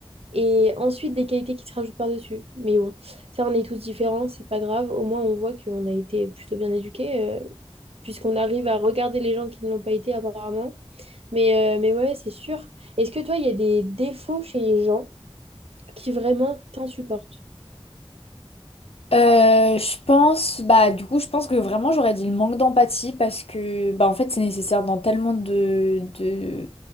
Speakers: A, on the right (about 80°); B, on the left (about 80°).
A: Et ensuite, des qualités qui se rajoutent par-dessus. Mais bon, ça, on est tous différents, c'est pas grave. Au moins, on voit qu'on a été plutôt bien éduqués, euh, puisqu'on arrive à regarder les gens qui ne l'ont pas été, apparemment. Mais, euh, mais ouais, c'est sûr. Est-ce que toi, il y a des défauts chez les gens qui vraiment t'insupportent?
B: Euh, je pense, bah du coup, je pense que vraiment j'aurais dit le manque d'empathie parce que bah en fait c'est nécessaire dans tellement de de